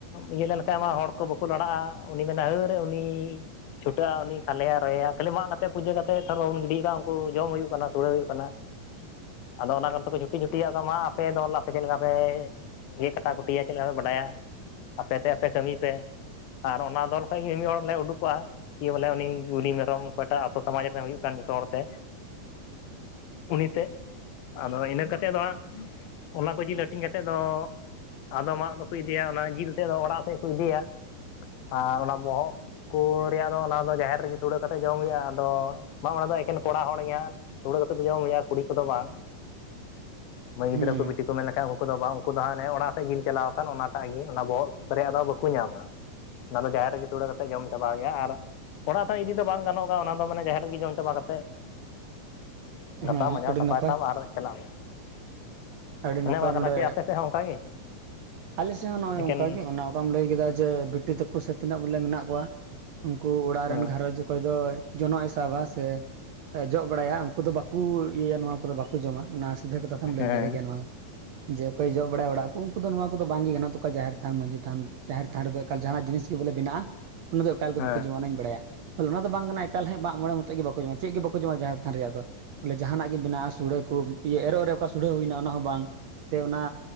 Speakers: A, on the left (about 80°); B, on the right (about 65°).
A: ᱤᱭᱟᱹ ᱞᱮᱱᱠᱷᱟᱱ ᱢᱟ ᱦᱚᱲ ᱠᱚ ᱵᱟᱠᱚ ᱞᱟᱲᱟᱜ-ᱟ ᱾ ᱩᱱᱤ ᱢᱮᱱᱟ ᱦᱟᱹᱨ ᱩᱱᱤ ᱪᱷᱩᱴᱟᱹᱜ-ᱟ ᱩᱱᱤ ᱠᱷᱟᱞᱮᱭᱟ ᱨᱚᱭᱮᱭᱟ ᱠᱷᱟᱹᱞᱤ ᱢᱟ ᱠᱟᱛᱮ ᱯᱩᱡᱟᱹ ᱠᱟᱛᱮ ᱛᱮᱫ ᱥᱟᱨ ᱵᱟᱵᱚᱱ ᱜᱤᱰᱤᱭ ᱮᱫᱟ ᱩᱱᱠᱩ ᱡᱚᱢ ᱦᱩᱭᱩᱜ ᱠᱟᱱᱟ ᱥᱩᱲᱟᱹ ᱦᱩᱭᱩᱜ ᱠᱟᱱᱟ ᱾ ᱟᱫᱚ ᱚᱱᱟ ᱠᱚᱫᱚ ᱡᱷᱩᱴᱤ ᱡᱷᱩᱴᱤ-ᱟᱜ ᱛᱟᱢᱟ ᱟᱯᱮ ᱫᱚ ᱦᱚᱞᱟ ᱥᱮ ᱪᱮᱜ ᱞᱮᱠᱟ ᱯᱮ ᱫᱤᱭᱮ ᱠᱟᱴᱟ ᱠᱩᱴᱤᱭᱟ ᱪᱮᱞᱠᱟ ᱯᱮ ᱵᱟᱰᱟᱭᱟ ᱟᱯᱮ ᱛᱮ ᱟᱯᱮ ᱠᱟᱹᱢᱤᱭ ᱯᱮ ᱾ ᱚᱱᱟ ᱫᱚᱞ ᱠᱷᱚᱡ ᱜᱮ ᱢᱤᱫ ᱦᱚᱲ ᱞᱮ ᱩᱰᱩᱠᱚᱜ-ᱟ ᱾ ᱠᱤ ᱵᱚᱞᱮ ᱩᱱᱤ ᱜᱩᱞᱤ ᱢᱮᱨᱚᱢ ᱚᱠᱚᱭ ᱴᱟᱜ ᱟᱛᱳ ᱥᱚᱢᱟᱡᱽ ᱨᱮᱱᱮ ᱦᱩᱭᱩᱜ ᱠᱟᱱ ᱡᱚᱛᱚ ᱦᱚᱲᱛᱮ ᱩᱱᱤ ᱛᱮᱜ ᱟᱫᱚ ᱤᱱᱟᱹ ᱠᱟᱛᱮᱜ ᱫᱚ ᱦᱟᱸᱜ ᱚᱱᱟ ᱠᱚ ᱡᱤᱞ ᱦᱟᱹᱴᱤᱧ ᱠᱟᱛᱮᱫ ᱫᱚ ᱟᱫᱚᱢᱟᱜ ᱫᱚᱠᱚ ᱤᱫᱤᱭᱟ ᱚᱱᱟ ᱡᱤᱞ ᱛᱮᱫ ᱫᱚ ᱚᱲᱟᱜ ᱥᱮᱜ ᱠᱚ ᱤᱫᱤᱭᱟ ᱾ ᱟᱨ ᱚᱱᱟ ᱵᱚᱦᱚᱜ ᱠᱚ ᱨᱮᱭᱟᱜ ᱫᱚ ᱚᱱᱟ ᱫᱚ ᱡᱟᱦᱮᱨ ᱨᱮᱜᱮ ᱥᱩᱲᱟᱹ ᱠᱟᱛᱮᱫ ᱡᱚᱢ ᱦᱩᱭᱩᱜᱼᱟ᱾ ᱟᱫᱚ ᱵᱟᱝ ᱚᱱᱟ ᱫᱚ ᱮᱠᱮᱱ ᱠᱚᱲᱟ ᱦᱚᱲ ᱜᱮ ᱦᱟᱸᱜ᱾ ᱥᱩᱲᱟᱹ ᱠᱟᱛᱮ ᱜᱮ ᱡᱚᱢ ᱦᱩᱭᱩᱜᱼᱟ᱾ ᱠᱩᱲᱤ ᱠᱚᱫᱚ ᱵᱟᱝ ᱢᱟᱹᱭ ᱜᱤᱫᱽᱨᱟᱹ
B: ᱦᱩᱸ
A: ᱠᱚ ᱵᱤᱴᱤ ᱢᱮᱱ ᱞᱮᱠᱷᱟᱱ ᱩᱱᱠᱩ ᱫᱚ ᱵᱟᱝ ᱩᱱᱠᱩ ᱫᱚ ᱦᱟᱱᱮ ᱚᱲᱟᱜ ᱥᱮᱫ ᱡᱤᱞ ᱪᱟᱞᱟᱣ ᱟᱠᱟᱱ ᱚᱱᱟᱴᱟᱜ ᱜᱮ ᱚᱱᱟ ᱵᱚᱦᱚᱜ ᱨᱮᱭᱟᱜ ᱫᱚ ᱵᱟᱹᱠᱩ ᱧᱟᱢᱟ᱾ ᱚᱱᱟ ᱫᱚ ᱡᱟᱦᱮᱨ ᱨᱮᱜᱮ ᱥᱩᱲᱟᱹ ᱠᱟᱛᱮᱫ ᱜᱮᱢ ᱪᱟᱵᱟᱣ ᱦᱩᱭᱩᱜ-ᱟ, ᱟᱨ ᱚᱲᱟᱜ ᱛᱮ‌ ᱦᱚᱸ ᱤᱫᱤ ᱫᱚ ᱵᱟᱝ ᱜᱟᱱᱚᱜ-ᱜᱟ ᱚᱱᱟ ᱫᱚ ᱢᱟᱱᱮ ᱡᱟᱦᱮᱨ ᱨᱮᱜᱤ ᱡᱚᱢ ᱪᱟᱵᱟ ᱠᱟᱛᱮᱜ ᱜᱟᱥᱟᱣ
B: ᱦᱮᱸ
A: ᱢᱟᱡᱟᱣ
B: ᱟᱹᱰᱤ
A: ᱥᱟᱯᱟᱭ
B: ᱱᱟᱯᱟᱭ
A: ᱛᱟᱢ ᱟᱨ ᱪᱟᱞᱟᱜ ᱢᱮ᱾
B: ᱟᱹᱰᱤ
A: ᱚᱱᱮ
B: ᱱᱟᱯᱟᱭ
A: ᱚᱱᱠᱟ ᱠᱟᱱᱟ
B: ᱱᱚᱰᱮ
A: ᱪᱮᱫ ᱟᱯᱮ ᱥᱮᱫ ᱦᱚᱸ ᱚᱱᱠᱟ ᱜᱮ
B: ᱟᱞᱮ ᱥᱮᱡ ᱦᱚᱸ ᱱᱚᱜ-ᱚᱭ
A: ᱮᱠᱮᱱ
B: ᱚᱱᱠᱟᱜ ᱜᱮ ᱚᱱᱟ ᱵᱟᱢ ᱞᱟᱹᱭ ᱠᱮᱫᱟ ᱡᱮ ᱵᱤᱴᱤ ᱛᱟᱠᱩ ᱥᱮ ᱛᱤᱱᱟᱹᱜ ᱵᱚᱞᱮ ᱢᱮᱱᱟᱜ ᱠᱚᱣᱟ ᱩᱱᱠᱩ ᱚᱲᱟᱜ
A: ᱦᱮᱸ
B: ᱨᱮᱱ ᱜᱷᱟᱨᱚᱸᱡ ᱚᱠᱚᱭ ᱫᱚ ᱡᱚᱱᱚᱜ ᱮ ᱥᱟᱵᱟ ᱥᱮ ᱮ ᱡᱚᱜ ᱵᱟᱲᱟᱭᱟ ᱩᱝᱠᱩ ᱫᱚ ᱵᱟᱹᱠᱩ ᱤᱭᱟᱹ ᱭᱟ ᱱᱚᱣᱟ ᱠᱚᱫᱚ ᱵᱟᱠᱚ ᱡᱚᱢᱟ ᱚᱱᱟ ᱥᱤᱫᱷᱟᱹ ᱠᱟᱛᱷᱟ ᱛᱮᱢ ᱞᱟᱹᱭ
A: ᱦᱮᱸ
B: ᱫᱟᱲᱮ ᱜᱮᱭᱟ ᱱᱚᱣᱟ, ᱡᱮ ᱚᱠᱚᱭ ᱡᱚᱜ ᱵᱟᱲᱟᱭ ᱚᱲᱟᱜ ᱠᱩ ᱩᱝᱠᱩ ᱫᱚ ᱱᱚᱣᱟ ᱠᱚᱫᱚ ᱵᱟᱝ ᱜᱮ ᱜᱟᱱᱚᱜ ᱛᱟᱠᱚᱣᱟ ᱡᱟᱦᱮᱨ ᱛᱷᱟᱱ ᱢᱟᱡᱷᱤ ᱛᱷᱟᱱ ᱡᱟᱦᱮᱨ ᱛᱷᱟᱱ ᱨᱮᱫᱚ ᱮᱠᱟᱞ ᱡᱟᱦᱱᱟᱜ ᱡᱤᱱᱤᱥ ᱜᱮ‌ ᱵᱚᱞᱮ ᱵᱮᱱᱟᱜ-ᱟ ᱚᱱᱟ ᱫᱚ ᱮᱠᱟᱞ ᱜᱮ
A: ᱦᱮᱸ
B: ᱵᱟᱠᱩ ᱡᱚᱢᱟ ᱚᱱᱟᱧ ᱵᱟᱲᱟᱭᱟ᱾ ᱛᱟᱞᱮ ᱚᱱᱟ ᱫᱚ ᱵᱟᱝ ᱠᱟᱱᱟ ᱮᱠᱟᱞ ᱦᱮ ᱰᱟᱸᱜ ᱢᱚᱬᱮ ᱢᱚᱛᱚᱡ ᱜᱮ ᱵᱟᱠᱚ ᱡᱚᱢᱟ, ᱪᱮᱜ ᱜᱮ ᱵᱟᱠᱚ ᱡᱚᱢᱟ ᱡᱟᱦᱮᱨ ᱛᱷᱟᱱ ᱨᱮᱭᱟᱜ ᱫᱚ᱾ ᱵᱚᱞᱮ ᱡᱟᱦᱟᱱᱟᱜ ᱜᱮ ᱵᱮᱱᱟᱜ-ᱟ ᱥᱩᱚᱲᱟᱹ ᱠᱩ ᱤᱭᱟᱹ ᱮᱨᱚᱜ ᱨᱮ ᱚᱠᱟ ᱥᱩᱚᱲᱟᱹ ᱦᱩᱭᱱᱟ ᱚᱱᱟ ᱦᱚᱸ ᱵᱟᱝ ᱥᱮ ᱚᱱᱟ